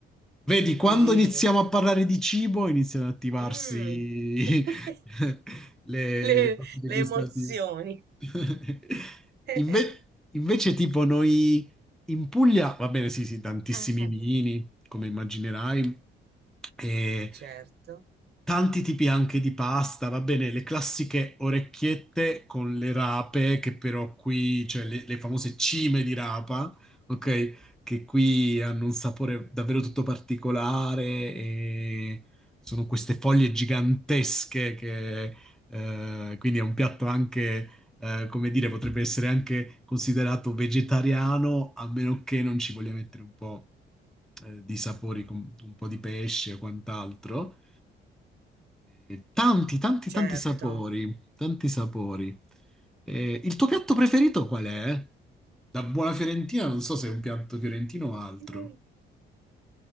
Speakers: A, in the centre; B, on the right.
A: Vedi, quando
B: Sì.
A: iniziamo a parlare di cibo, iniziano ad attivarsi
B: Mm. <laughs>
A: <laughs> le,
B: le,
A: le papille
B: le
A: gustative.
B: emozioni.
A: <laughs>
B: <laughs>
A: Inve- invece, tipo, noi in Puglia, va bene, sì, sì, tantissimi
B: Eh,
A: vini, come immaginerai, e
B: certo,
A: Tanti tipi anche di pasta, va bene, le classiche orecchiette con le rape, che però qui, cioè le, le famose cime di rapa, ok? Che qui hanno un sapore davvero tutto particolare e sono queste foglie gigantesche che, eh, quindi è un piatto anche, eh, come dire, potrebbe essere anche considerato vegetariano, a meno che non ci voglia mettere un po', eh, di sapori, con un po' di pesce o quant'altro. Eh, tanti, tanti,
B: certo.
A: tanti sapori, tanti sapori. Eh, il tuo piatto preferito qual è? Da buona fiorentina, non so se è un piatto fiorentino o altro.
B: Mm.